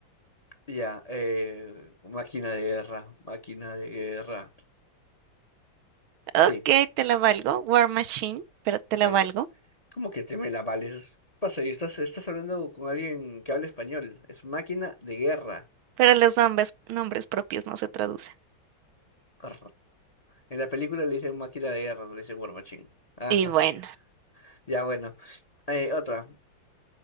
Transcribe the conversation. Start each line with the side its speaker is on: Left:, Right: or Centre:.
Left: Ya, eh, máquina de guerra, máquina de guerra.
Right: Ok,
Left: Sí,
Right: te la valgo. War Machine, pero te la
Left: eh,
Right: valgo.
Left: ¿cómo que te me la vales? ¿Qué pasa? Y estás, estás hablando con alguien que habla español. Es máquina de guerra.
Right: Pero los nombres, nombres propios no se traducen.
Left: Arr. En la película le dicen máquina de guerra, no le dicen War Machine. Ajaja.
Right: Y bueno.
Left: <laughs> Ya, bueno. Eh, otra.